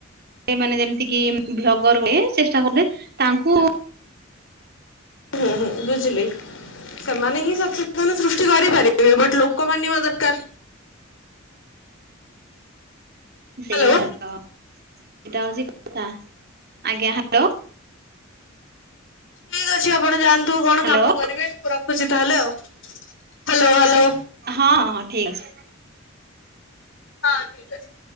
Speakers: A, on the right; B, on the left.
A: ସେ ମାନେ ଯେମିତି କି ଭୋଗରୁ ହୁଏ ଚେଷ୍ଟା କରୁ ତାଙ୍କୁ
B: ହୁଁ ହୁଁ ବୁଝିଲି ସେମାନେ ହିଁ ସଚେତନ ସୃଷ୍ଟି କରିପାରିବେ। ବାଟ୍ ଲୋକ ମାନିବା ଦରକାର।
A: ସେଇଟା
B: ହ୍ୟାଲୋ
A: ତ ସେଇଟା ହଉଛି କଥା। ଆଜ୍ଞା ହାଲୋ।
B: ଠିକ୍ ଅଛି ଆପଣ ଯାଆନ୍ତୁ କଣ
A: ହ୍ୟାଲୋ
B: କାମ କରିବେ ମୁଁ ରଖୁଛି ତାହେଲେ ଆଉ। Hello hello.
A: ହଁ ହଁ, ଠିକ୍ ଅଛି।
B: ହଁ ଠିକ୍ ଅଛି।